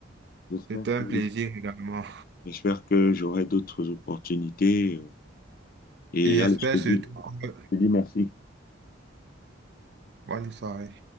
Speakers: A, on the left; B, on the right.
A: J'espère
B: c'était un
A: que,
B: plaisir également.
A: j'espère que j'aurai d'autres opportunités. euh, Et
B: Et j'espère
A: allez, je te
B: surtout
A: dis,
B: que...
A: je te dis merci.
B: Bonne soirée.